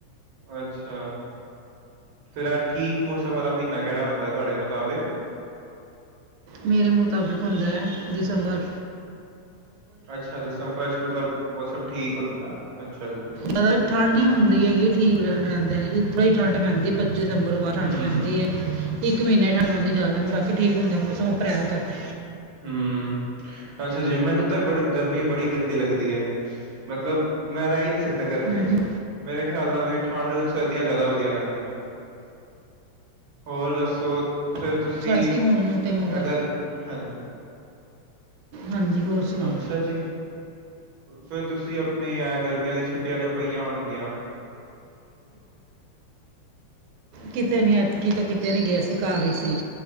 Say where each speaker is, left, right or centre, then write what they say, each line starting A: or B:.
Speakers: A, on the right (about 50°); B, on the right (about 85°).
A: ਅੱਛਾ, ਫਿਰ ਐ ਠੀਕ ਮੋਸਮ ਵਾਲਾ ਮ੍ਹੀਨਾ ਕੇੜਾ ਹੁੰਦੈ ਤੁਹਾੜੇ ਮੁਤਾਬਿਕ?
B: ਮੇਰੇ ਮੁਤਾਬਿਕ ਹੁੰਦੈ ਦਿਸੰਬਰ।
A: ਅੱਛਾ ਦਸੰਬਰ ਚ ਮਤਲਬ, ਮੋਸਮ ਠੀਕ ਹੁੰਦਾ। ਅੱਛਾ ਜੀ,
B: ਪ ਠੰਢ ਈ ਹੁੰਦੀ ਹੈਗੀ ਠੀਕ ਰ ਰੇਂਦੇ ਨੇ, ਇਥੋ ਹੀ ਠੰਢ ਪੈਂਦੀ ਪੱਚੀ ਦਸੰਬਰ ਤੋਂ ਬਾਦ
A: ਹੂੰ,
B: ਠੰਢ ਪੈਂਦੀ ਇੱਕ ਮ੍ਹੀਨਾ ਈ ਠੰਢ ਪੈਂਦੀ ਜ਼ਿਆਦਾ ਨੀ,, ਬਾਕੀ ਠੀਕ ਹੁੰਦੈ ਮੋਸਮ ਅਪ੍ਰੈਲ ਤੱਕ।
A: ਹੂੰ ਅੱਛਾ ਜੀ, ਮੈਨੂੰ ਤੇ ਬ ਗਰਮੀ ਬੜੀ ਗੰਦੀ ਲੱਗਦੀ ਏ, ਮਤਲਬ ਮੈਂ ਰੈਈ ਨੀ ਸਕਦਾ ਗਰਮੀ
B: ਹੂੰ
A: ਚ।
B: ਹੂੰ
A: ਮੇਰੇ ਖੇਆਲ ਨਾਲ ਵੀ ਠੰਡ ਸਰਦੀਆਂ ਜੇ਼ਆਦਾ ਵਦੀਆ ਰੈਂਦੀਆਂ। ਹੋਰ ਦੱਸੋ, ਫੇਰ ਤੁਸੀ,
B: ਸਾਡਾ ਸੀ ਹੁਣ ਨੂੰ ਤੇ ਮਗਰ
A: ਅਗਰ ਹ ਹਾਂਜੀ
B: ਹਾਂਜੀ ਹੋਰ ਸੁਣਾਓ
A: ਅੱਛਾ ਜੀ। ਫਿਰ ਤੁਸੀਂ ਅਪਨੀ ਆ, ਗਰਮੀਆਂ ਦੀ ਛੁੱਟੀਆਂ ਜੋ ਪਈਆਂ ਹੋਨਗੀਆਂ
B: ਕਿਤੇ ਨੀ ਐਤਕੀ ਤੇ ਕੀਤੇ ਨੀ ਗਏ ਅਸੀਂ। ਘਾਰ ਈ ਸੀ,